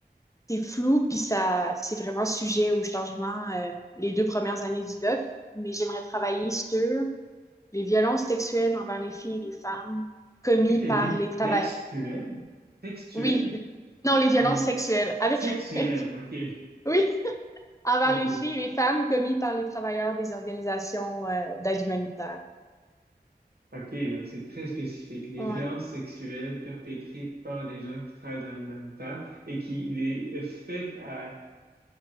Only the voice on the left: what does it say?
c'est flou puis ça, c'est vraiment sujet au changement euh, les deux premières années du doc. Mais j'aimerais travailler sur les violences sexuelles envers les filles et les femmes commises
par
les travailleurs.
Oui, non, les violences
sexuelles avec
<laughs> oui, envers
les filles et les femmes commises par les travailleurs des organisations euh, d'aide humanitaire.
Ouais.